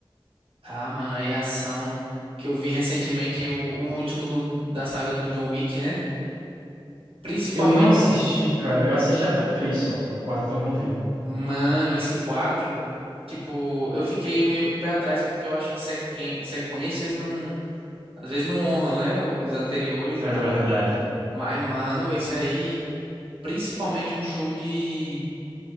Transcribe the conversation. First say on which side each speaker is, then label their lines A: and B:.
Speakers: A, on the right; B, on the right.
A: Ah, mano, aí a ação que eu vi recentemente, o, o último do- da saga do John Wick, né? Principalmente,
B: Eu não assisti, cara, eu assisti até o 3 só, o 4 eu não vi.
A: mano, esse 4 tipo, eu fiquei meio com o pé atrás porque eu acho que sequen- sequências não, às vezes não honram, né? Os anteriores e
B: É
A: tal.
B: verdade.
A: Mas, mano, esse aí, principalmente um show de